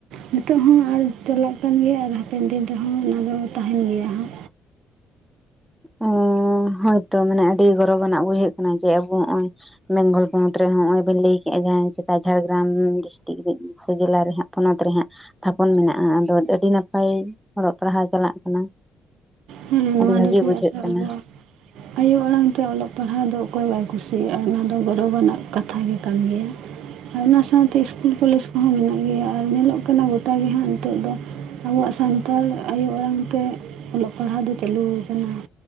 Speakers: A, on the right; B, in the centre.
A: ᱦᱤᱛᱚᱜ ᱦᱚᱸ ᱟᱨ ᱪᱟᱞᱟᱜ ᱠᱟᱱ ᱜᱮᱭᱟ ᱟᱨ ᱦᱟᱯᱮᱱ ᱫᱤᱱ ᱨᱮᱦᱚᱸ ᱚᱱᱟ ᱫᱚ ᱛᱟᱦᱮᱱ ᱜᱮᱭᱟ ᱦᱟᱜ
B: ᱚ ᱦᱚᱭᱛᱚ ᱢᱟᱱᱮ ᱟᱹᱰᱤ ᱜᱚᱨᱚᱵᱟᱱᱟᱜ ᱵᱩᱡᱷᱟᱹᱜ-ᱟ ᱠᱟᱱᱟ ᱡᱮ ᱟᱵᱚ ᱦᱚᱜᱼᱚᱭ ᱵᱮᱝᱜᱚᱞ ᱯᱚᱱᱚᱛ ᱨᱮ ᱦᱚᱜ-ᱚᱭ ᱵᱮᱱ ᱞᱟᱹᱭ ᱠᱮᱫ-ᱟ ᱡᱟᱦᱟᱸ ᱪᱮᱛᱟ ᱡᱷᱟᱲᱜᱨᱟᱢ ᱰᱤᱥᱴᱤᱠ ᱥᱮ ᱡᱮᱞᱟ ᱨᱮᱦᱟᱸᱜ ᱯᱚᱱᱚᱛ ᱨᱮ ᱦᱟᱸᱜ ᱛᱷᱟᱯᱚᱱ ᱢᱮᱱᱟᱜ-ᱟ ᱟᱫᱚ ᱟᱹᱰᱤ ᱱᱟᱯᱟᱭ ᱚᱞᱚᱜ ᱯᱟᱲᱦᱟᱣ ᱪᱟᱞᱟᱜ ᱠᱟᱱᱟ
A: ᱦᱮᱸ ᱱᱚᱣᱟ
B: ᱟᱹᱰᱤ ᱵᱷᱟᱜᱮ ᱵᱩᱡᱷᱟᱹᱜ
A: <inaudible>
B: ᱠᱟᱱᱟ
A: ᱟᱭᱳ ᱟᱲᱟᱝ ᱛᱮ ᱚᱞᱚᱜ ᱯᱟᱲᱦᱟᱣ ᱫᱚ ᱚᱠᱚᱭ ᱵᱟᱭ ᱠᱩᱥᱤᱭᱟᱜ-ᱟ ᱚᱱᱟ ᱫᱚ ᱜᱚᱨᱚᱵᱽ ᱟᱱᱟᱜ ᱠᱟᱛᱷᱟ ᱜᱮ ᱠᱟᱱ ᱜᱮᱭᱟ ᱟᱨ ᱚᱱᱟ ᱥᱟᱶᱛᱮ ᱤᱥᱠᱩᱞ ᱠᱚᱞᱮᱡᱽ ᱠᱚᱦᱚᱸ ᱢᱮᱱᱟᱜ ᱜᱮᱭᱟ ᱟᱨ ᱧᱮᱞᱚᱜ ᱠᱟᱱᱟ ᱜᱚᱴᱟ ᱜᱮ ᱦᱟᱸᱜ ᱱᱤᱛᱚᱜ ᱫᱚ ᱟᱵᱚᱣᱟᱜ ᱥᱟᱱᱛᱟᱲ ᱟᱭᱳ ᱟᱲᱟᱝ ᱛᱮ ᱚᱞᱚᱜ ᱯᱟᱲᱦᱟᱣ ᱫᱚ ᱪᱟᱹᱞᱩ ᱠᱟᱱᱟ